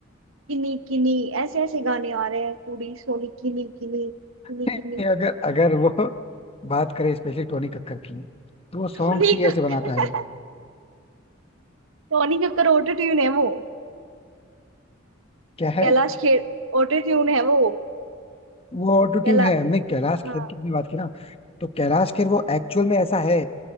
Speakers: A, on the right; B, on the left.
A: किनी किनी ऐसे ऐसे गाने आ रहे हैं पूरी सोनी किनी किनी किनी
B: <laughs>
A: किनी
B: अगर अगर वो बात करें स्पेशली टोनी कक्कर की तो वो सॉन्ग्स
A: Tony
B: ही ऐसे
A: Kakkar
B: बनाता है
A: Tony Kakkar auto tune है वो
B: क्या है
A: कैलाश खेर ऑटो ट्यून है वो
B: वो ऑटो
A: कैला
B: ट्यून है हमने कैलाश
A: हाँ
B: खेर की अपनी बात की ना तो कैलाश खेर वो एक्चुअल में ऐसा है